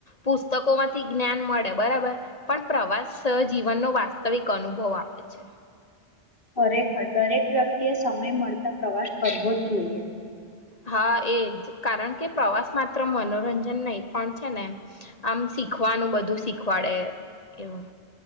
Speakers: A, on the left (about 35°); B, on the left (about 50°).
A: પુસ્તકો માંથી જ્ઞાન મળે બરાબર, પણ પ્રવાસ જીવનનો વાસ્તવિક અનુભવ આપે છે.
B: ખરેખર દરેક વ્યક્તિએ સમય મળતા પ્રવાસ કરવો જ જોઈએ.
A: હા એજ કારણ કે પ્રવાસ માત્ર મનોરંજન નહી પણ છે ને, આમ શીખવાનું બધું શીખવાડે એવું.